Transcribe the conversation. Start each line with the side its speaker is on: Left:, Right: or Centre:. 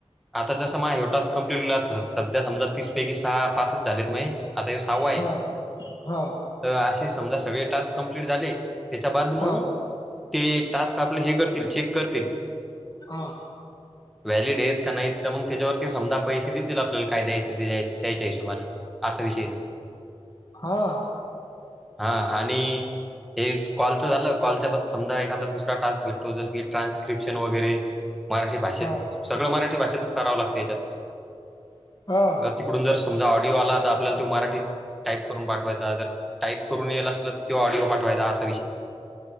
Centre: आता जस म एवटाच कं्प्लीट सध्या समजा तीस पैकी सहा पाच झालेत नाही आता हे सावू आहे.
Left: हा हा.
Centre: तर असे समजा सगळे टास्क कं्प्लीट झाले त्याच्या बाद
Left: हा
Centre: मग ते टास्क आपले हे करतील चेक करतील.
Left: हा.
Centre: व्हॅलिड आहेत का नाहीत तर मग त्याच्यावरती समजा पैसे देतील आपल्याला काय द्यायच द्यायच्या हिशोबाानने असा विषय देो.
Left: हा
Centre: हा आणि हे कॉलच झालं कॉलच्या प समजा. दुरा टास्क भेटतो जस की ट्रान्स्क्रपशन वगैरे मराठी भाषेत
Left: हा
Centre: सगळं मराठी भाषेतच करावं लागतं याच्यात
Left: हा.
Centre: तिकडून जर समजा ऑडिओ आला तर आपल्याला तो मराठीत टाईप करून पाठवायचा जर टाईप करून यायला असल तर तो ऑडिओ पाठवायचा असा विषय